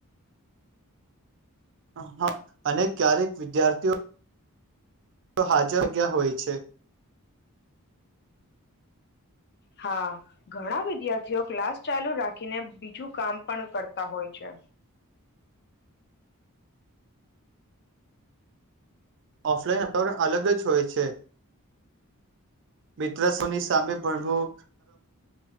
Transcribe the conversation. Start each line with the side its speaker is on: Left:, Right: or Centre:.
Right: હા અને ક્યારેક વિદ્યાર્થીઓ તો હાજર ગયા હોય છે <unintelligible>
Left: હા ઘણા વિદ્યાર્થીઓ ક્લાસ ચાલુ રાખીને બીજું કામ પણ કરતા હોય છે
Right: ઓફલાઈન અતારણ અલગ જ હોય છે મિત્ર સોની સ સામે ભણવું